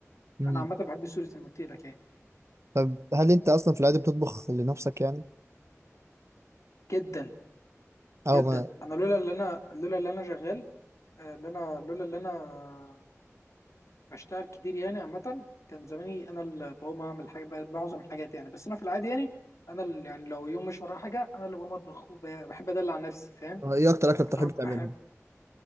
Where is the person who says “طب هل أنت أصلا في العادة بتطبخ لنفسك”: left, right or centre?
Right